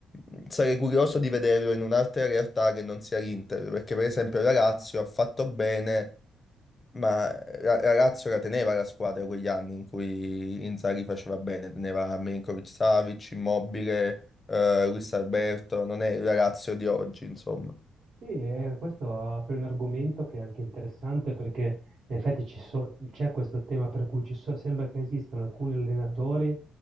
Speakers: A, on the left (about 30°); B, on the right (about 60°).
A: mh, sarei curioso di vederlo in un'altra realtà che non sia l'Inter, perché per esempio la Lazio ha fatto bene. Ma eh, la, la Lazio la teneva la squadra quegli anni in cui Inzaghi faceva bene, teneva Milinkovic-Savic, Immobile, eh, Luis Alberto, non è la Lazio di oggi, insomma.
B: Sì, eh, questo apre un argomento che è anche interessante perché in effetti ci so- c'è questo tema per cui ci so- sembra che esistano alcuni allenatori